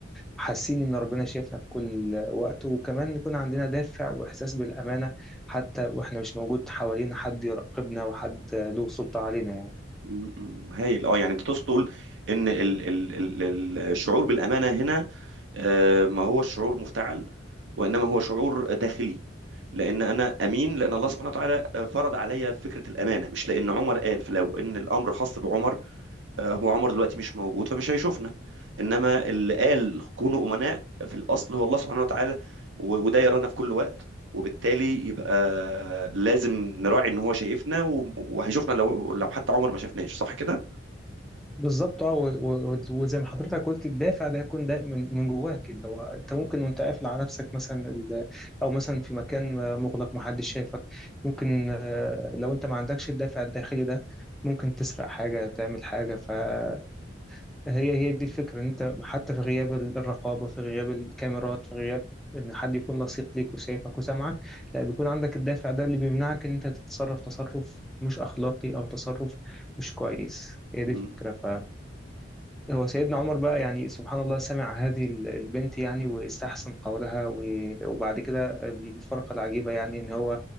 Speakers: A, in the centre; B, on the right (about 70°).
A: حاسين إن ربنا شايفنا في كل وقت وكمان يكون عندنا دافع وإحساس بالأمانة حتى وإحنا مش موجود حوالينا حد يراقبنا وحد آه، له سلطة علينا يعني.
B: م- م- هايل اه يعني انت تقصد تقول ان ال ال ال ال- الشعور بالامانه هنا آه، ما هو الشعور مفتعل وانما هو شعور داخلي لان انا امين لان الله سبحانه وتعالى آه، فرض عليا فكره الامانه مش لان عمر قال فلو ان الامر خاص بعمر آه، هو عمر دلوقتي مش موجود فمش هيشوفنا انما اللي قال كونوا امناء في الاصل هو الله سبحانه وتعالى و- وده يرانا في كل وقت وبالتالي يبقى لازم نراعي ان هو شايفنا و- وهيشوفنا لو لو حتى عمر ما شافناش صح كده
A: بالظبط اه و- و- وزي ما حضرتك قلت الدافع ده يكون ده من من جواك اللي هو انت ممكن وانت قافل على نفسك مثلا ال- او مثلا في مكان مغلق محدش شايفك ممكن آه، لو انت ما عندكش الدافع الداخلي ده ممكن تسرق حاجة تعمل حاجة فهي هي دي الفكرة ان انت حتى في غياب ال- الرقابة في غياب الكاميرات في غياب ان حد يكون لصيق ليك وشايفك وسامعك لا بيكون عندك الدافع ده اللي بيمنعك ان انت تتصرف تصرف مش اخلاقي او تصرف مش كويس هي دي
B: مم.
A: الفكرة ف هو سيدنا عمر بقى يعني سبحان الله سمع هذه ال- البنت يعني واستحسن قولها و- وبعد كده الفرقة العجيبة يعني إن هو